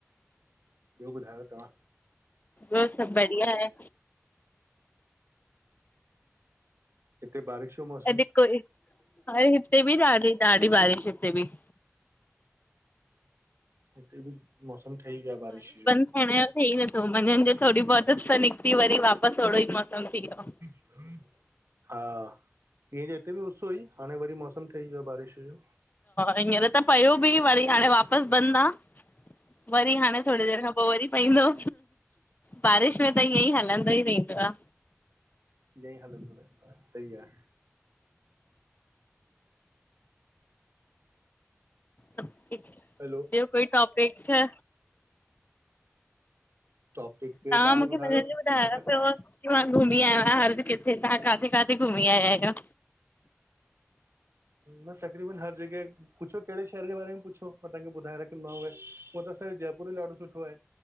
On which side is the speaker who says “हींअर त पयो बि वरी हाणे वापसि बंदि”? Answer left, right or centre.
Left